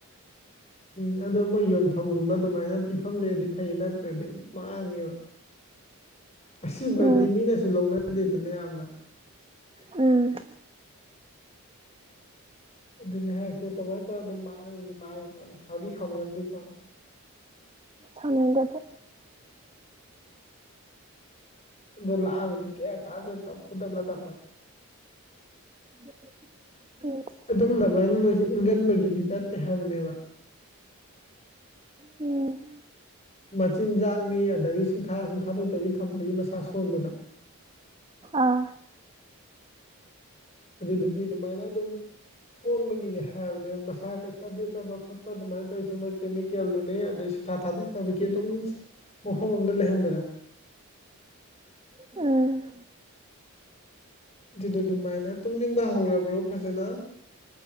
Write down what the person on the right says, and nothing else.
ꯎꯝ
ꯎꯝ
ꯁꯥꯎꯅꯤꯡꯗꯗꯤ
<unintelligible> ꯏꯁ
ꯎꯝ
ꯑꯥ
<unintelligible> ꯎꯝ